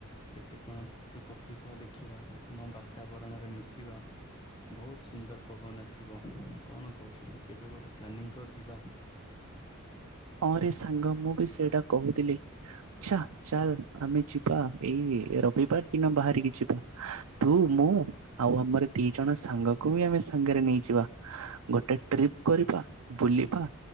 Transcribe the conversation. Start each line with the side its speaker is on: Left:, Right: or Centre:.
Left: କେତେ କଣ ପଶୁପକ୍ଷୀ ସହ ଦେଖିବା ଆମ ବାତାବରଣରେ ମିଶିବା। ବହୁତ ସୁନ୍ଦର ପବନ ଆସିବ କଣ କହୁଛୁ କେବେ ଗୋଟେ ପ୍ଲାନିଂ କରି ଯିବା।
Right: ହଁ ରେ ସାଙ୍ଗ ମୁଁ ବି ସେଇଟା କହୁଥିଲି। ଆଛା ଚାଲ ଆମେ ଯିବା ଏଇ ରବିବାର ଦିନ ବାହାରିକି ଯିବା। ତୁ ମୁଁ ଆଉ ଆମର ଦି ଜଣ ସାଙ୍ଗକୁ ବି ଆମେ ସାଙ୍ଗରେ ନେଇଯିବା ଗୋଟେ ଟ୍ରିପ କରିବା ବୁଲିବା